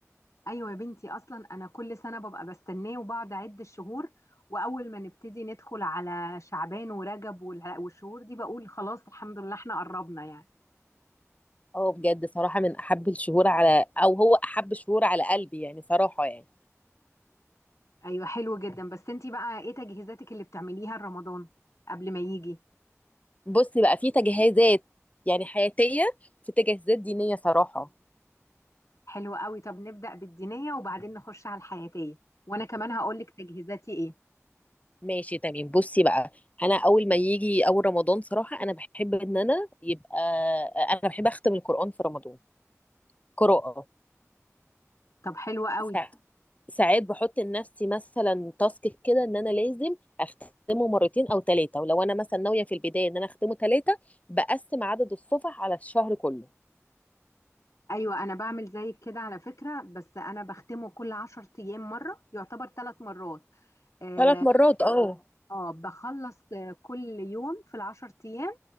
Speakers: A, on the left (about 70°); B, on the left (about 30°).
A: ايوه يا بنتي اصلا انا كل سنة ببقى بستناه وبقعد اعد الشهور واول ما نبتدي ندخل على شعبان ورجب والها- والشهور دي بقول خلاص الحمد لله احنا قربنا يعني
B: اه بجد صراحه من احب الشهور على او هو احب شهور على قلبي يعني صراحه يعني
A: ايوه حلو جدا بس انت بقى ايه تجهيزاتك اللي بتعمليها لرمضان قبل ما يجي
B: بصي بقى في تجهيزات يعني حياتيه في تجهيزات دينيه صراحه
A: حلو قوي طب نبدأ بالدينية وبعدين نخش على الحياتية وانا كمان هقولك تجهيزاتي ايه
B: ماشي تمام بصي بقى انا اول ما يجي اول رمضان صراحه انا بحب ان انا يبقى انا بحب اختم القران في رمضان قراءه
A: طب حلو قوي
B: ساعات ساعات بحط لنفسي مثلا تاسك كده ان انا لازم اختمه مرتين او ثلاثه ولو انا مثلا ناويه في البدايه ان انا اختمه ثلاثه بقسم عدد الصفح على الشهر كله
A: ايوه انا بعمل زيك كده على فكره بس انا بختمه كل عشر ايام مره يعتبر ثلاث مرات اه
B: ثلاث مرات اه
A: آه، بخلص آه، كل يوم في العشر ايام